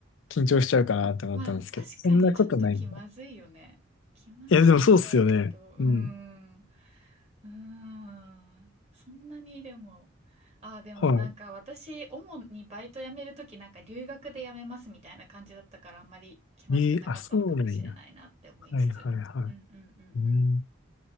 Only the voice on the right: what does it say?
まあ、確かにちょっと気まずいよね。
気まずくはあるけど、
うーん。
うーん。そんなにでも。ああ、でもなんか私、
主にバイト辞めるときなんか留学で辞めますみたいな感じだったからあんまり気まずくなかったのかもしれないなって思いつつ。
うんうんうんうん。